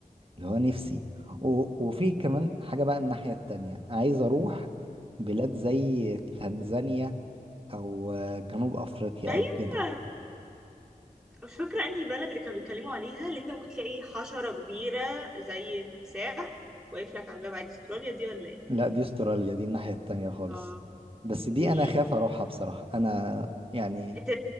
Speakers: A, on the right (about 40°); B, in the centre.
A: هو نفسي و... وفي كمان حاجة بقى الناحية التانية عايز اروح بلاد زي تنزانيا او آه، جنوب افريقيا
B: ايوه
A: او كده
B: مش فاكرة انهي بلد اللي كانوا بيتكلموا عليها اللي انت ممكن تلاقي حشرة كبيرة زي تمساح واقف لك على الباب عادي استراليا دي ولا ايه
A: لا دي استراليا دي الناحية التانية خالص
B: اه
A: بس دي
B: دي
A: انا خاف اروحها بصراحة انا يعني
B: انت...